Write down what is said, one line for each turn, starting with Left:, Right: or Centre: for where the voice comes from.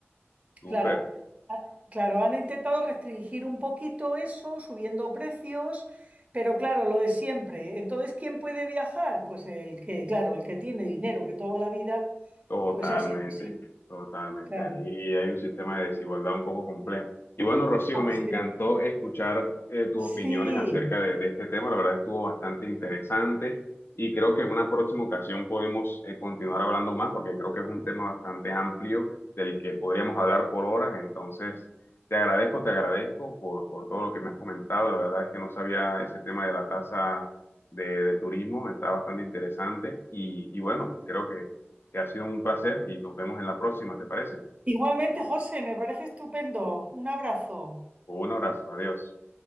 Left: Súper.
Right: claro, a- claro, han intentado restringir un poquito eso, subiendo precios, pero claro, lo de siempre. Entonces, ¿quién puede viajar? Pues el que, claro, el que tiene dinero, que toda la vida,
Left: Totalmente,
Right: pues ha sido así,
Left: totalmente.
Right: claro,
Left: Ahí hay un sistema de desigualdad un poco complejo. Y bueno, Rocío,
Right: como
Left: me
Right: siempre.
Left: encantó escuchar eh, tus opiniones
Right: Sí.
Left: acerca de, de este tema. La verdad estuvo bastante interesante y creo que en una próxima ocasión podemos eh, continuar hablando más porque creo que es un tema bastante amplio del que podríamos hablar por horas. Entonces, te agradezco, te agradezco por, por todo lo que me has comentado. La verdad es que no sabía ese tema de la tasa de, de turismo, está bastante interesante y, y bueno, creo que que ha sido un placer y nos vemos en la próxima, ¿te parece?
Right: Igualmente, José, me parece estupendo. Un abrazo.
Left: Un abrazo, adiós.